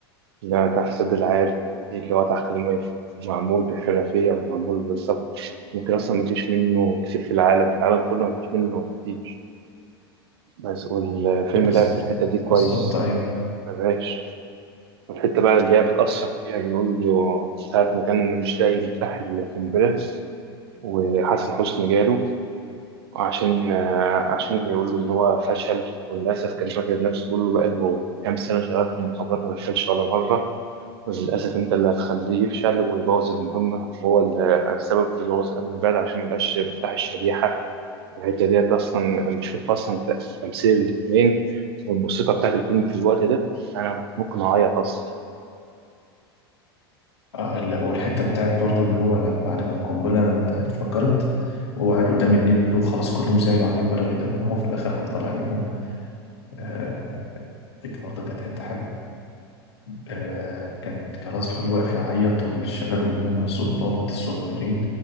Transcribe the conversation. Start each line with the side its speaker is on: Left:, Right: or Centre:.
Right: لا تحسد العالي اللي هو تحت المية معمول بحرفية ومعمول بالظبط ممكن أصلا مفيش منه كتير في العالم في العالم كله مفيش منه كتير بس والفيلم
Left: بز-
Right: لعب في الحتة دي كويس
Left: بالظبط أيوة
Right: مبهاش والحتة بقى اللي هي بتأثر فيها بيقول له ساعة ما كان مش لاقي مفتاح القنبلة وحسن حسني جاله عشان آه، عشان يقول له إن هو فشل وللأسف كان فاكر نفسه بيقول له بقاله كام سنة شغال في المخابرات ما فشلش ولا مرة للأسف أنت اللي هتخليه يفشل ويبوظ المهمة وهو اللي السبب في بوظ أمن البلد عشان مبقاش مفتاح الشريحة الحتة ديت أصلا بشوف أصلا تمثيل الاتنين والموسيقى بتاعت الفيلم في الوقت ده أنا ممكن أعيط أصلا
Left: آه، ال- والحتة بتاعت برضو اللي هو لا- بعد ما القنبلة اتفجرت وقعد قدام النيل وخلاص كلهم زعلوا عليه وبدأوا يدمعوا في الآخر قام طلع لهم آه، دي برضه كانت حتة حلوة آه، كان خلاص كل واقف يعيط والشباب اللي هم الضباط الصغيرين